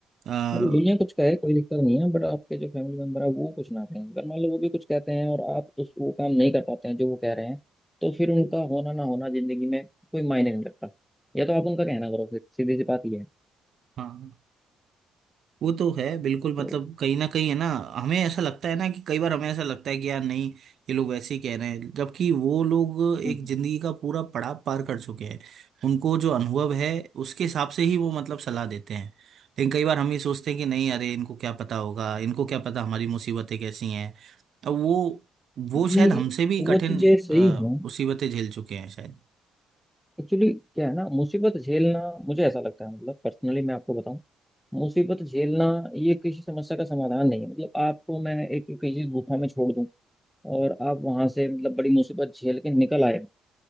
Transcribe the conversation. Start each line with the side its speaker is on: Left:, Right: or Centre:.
Right: आ,
Centre: मतलब दुनिया कुछ कहे कोई दिक्कत नहीं है बट आपके जो फैमिली मेंबर है वो कुछ ना कहें अगर मान लो वो भी कुछ कहते हैं और आप उस वो काम नहीं कर पाते हैं जो वो कह रहे हैं तो फिर उनका होना ना होना जिंदगी में कोई मायने नहीं रखता या तो आप उनका कहना करो फिर सीधी सी बात ये है
Right: हाँ वो तो है बिल्कुल मतलब
Centre: तो
Right: कहीं ना कहीं है ना हमें ऐसा लगता है ना कि कई बार हमें ऐसा लगता है कि यार नहीं ये लोग वैसे ही कह रहे हैं जबकि वो लोग एक
Centre: हम्म।
Right: जिंदगी का पूरा पड़ाव पार कर चुके हैं उनको जो अनुभव है उसके हिसाब से ही वो मतलब सलाह देते हैं लेकिन कई बार हम ये सोचते हैं कि नहीं अरे इनको क्या पता होगा इनको क्या पता हमारी मुसीबतें कैसी हैं अब वो वो शायद
Centre: नहीं
Right: हमसे भी
Centre: वो
Right: कठिन
Centre: चीजें सही
Right: अ,
Centre: हैं
Right: मुसीबतें झेल चुके हैं शायद
Centre: एक्चुअली क्या है ना मुसीबत झेलना मुझे ऐसा लगता है मतलब पर्सनली मैं आपको बताऊं मुसीबत झेलना ये किसी समस्या का समाधान नहीं है मतलब आपको मैं एक किसी गुफा में छोड़ दूं और आप वहां से मतलब बड़ी मुसीबत झेल के निकल आए